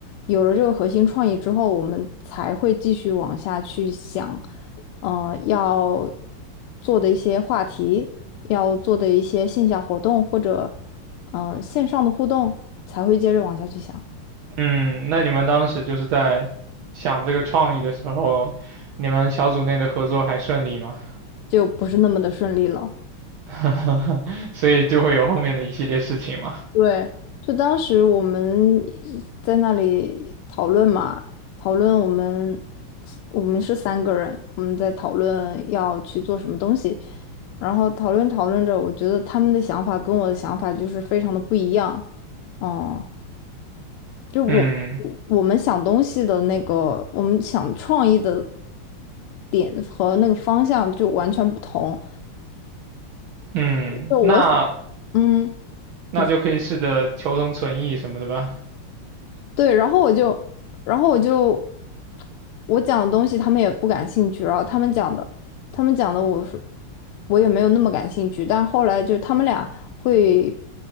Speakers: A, on the left (about 85°); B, on the right (about 70°).
A: 有了这个核心创意之后，我们才会继续往下去想，呃，要做的一些话题，要做的一些线下活动或者嗯，线上的互动，才会接着往下去想，
B: 嗯，那你们当时就是在想这个创意的时候，你们小组内的合作还顺利吗？
A: 就不是那么的顺利了。
B: <laughs> 所以就会有后面的一系列事情嘛。
A: 对，就当时我们在那里讨论嘛，讨论我们我们是三个人，我们在讨论要去做什么东西，然后讨论讨论着，我觉得他们的想法跟我的想法就是非常的不一样，嗯，就我
B: 嗯
A: 我们想东西的那个，我们想创意的点和那个方向就完全不同，
B: 嗯，
A: 就我想，
B: 那
A: 嗯。
B: 那就可以试着求同存异什么的吧。
A: 你说对，然后我就，然后我就我讲的东西他们也不感兴趣，然后他们讲的，他们讲的我是我也没有那么感兴趣，但后来就是他们俩会，